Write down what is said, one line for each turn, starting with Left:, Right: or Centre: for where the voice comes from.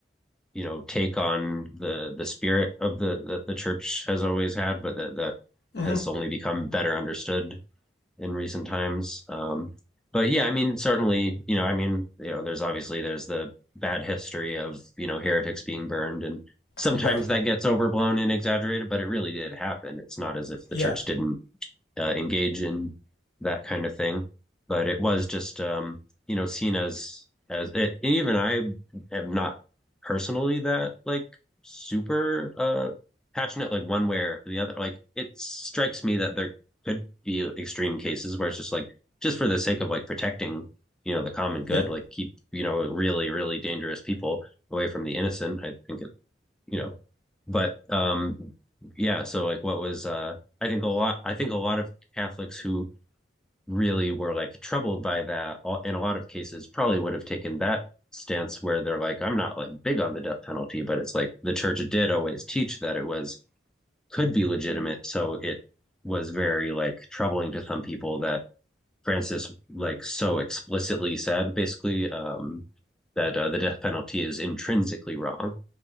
Centre: you know take on the the spirit of the that the church has always had, but that that
Left: hmm
Centre: has only become better understood in recent times. Um, but yeah, I mean, certainly, you know, I mean, you know, there's obviously there's the bad history of you know heretics being burned, and sometimes
Left: right,
Centre: that gets overblown and exaggerated, but it really did happen. It's not as if the
Left: yeah,
Centre: church didn't uh, engage in that kind of thing. But it was just um, you know seen as as it, and even I am not personally that like super uh, passionate like one way or the other. Like it strikes me that there could be extreme cases where it's just like just for the sake of like protecting you know the common good,
Left: yeah.
Centre: like keep you know really really dangerous people away from the innocent. I think you know, but um, yeah. So like, what was uh, I think a lot. I think a lot of Catholics who really were like troubled by that, all- in a lot of cases, probably would have taken that stance where they're like, I'm not like big on the death penalty, but it's like the church did always teach that it was could be legitimate. So it was very like troubling to some people that Francis like so explicitly said, basically, um, that uh, the death penalty is intrinsically wrong